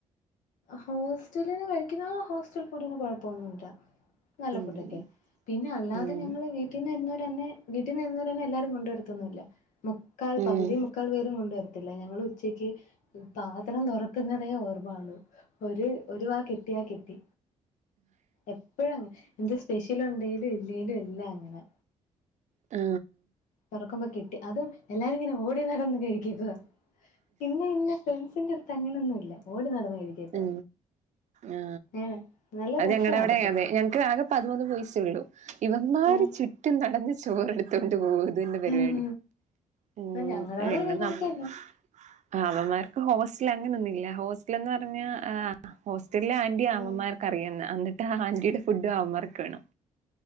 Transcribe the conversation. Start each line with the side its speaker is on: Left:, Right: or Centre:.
Left: ഹോസ്റ്റലിന്നെ കഴിക്കുന്ന ഹോസ്റ്റൽ ഫൂഡിന് കൊഴപ്പമൊന്നും ഇല്ല നല്ല
Right: ഉം
Left: ഫുഡ് ഒക്കെയാ പിന്നെ അല്ലാതെ
Right: ഉം
Left: ഞങ്ങള് വീട്ടീന്ന് വരുന്നോരെ വീട്ടിന്ന് വരുന്നവര് തന്നെ എല്ലാരും കൊണ്ടുവരത്തൊന്നുമില്ല മുക്കാൽ
Right: ഉം
Left: പകുതിയും മുക്കാൽ പേ രും കൊണ്ടുവരും ല്ല ഞങ്ങൾ ഉച്ചയ്ക്ക് പാത്രം തുറക്കുന്നതേ ഓർമ്മ കാണു ഒരു ഒരുവാ കിട്ടിയാ കിട്ടി എപ്പഴും ങ്ങ എന്ത് സ്പെഷ്യൽ ഉണ്ടെേലും ഇൽ ഇലും എല്ലാം അങ്ങനെ
Right: ആ
Left: തുറക്കുമ്പോ കിട്ടി അതും എല്ലാരും ഇങ്ങനെ ഓടി നടന്നു കഴിക്കുവ പിന്നെ ഇന്നെ ഫ്രണ്ട്സിന്റെടുത്ത് അങ്ങനൊന്നുമല്ല ഓടി നടന്ന് കഴിക്കുവാ
Right: ഉ ആ
Left: അങ്ങനെ നല്ല
Right: അത്
Left: രസവാ
Right: ഞങ്ങളുടെ അവിടെ
Left: അതൊക്കെ
Right: അതെ ഞങ്ങക്ക് ആകെ പതിമൂന്ന് ബോയ്സേ ഉള്ളു ഇവന്മാര്
Left: ഉം
Right: ചുറ്റും നടന്ന് ചോറെടുത്തോണ്ട് പോകുന്നു ഇതന്നെ പരിപാടി
Left: ഉം
Right: ഉം
Left: ആ ഞങ്ങളവിടെ
Right: പിന്നെ
Left: ഇതേപോലെക്കെന്നെ
Right: നമ്മ ആ അവമ്മാർക്കേ ഹോസ് ഇല്ല അങ്ങനൊന്നുമില്ല <unintelligible> പിന്നെ ആ ഹോസ്റ്റ് എല്ലാ ആന്റിയേം
Left: ഉം
Right: അവമ്മാർക്കറിയാവുന്ന ആന്റീടെ ഫുഡും അവൻമാർക്ക് വേണം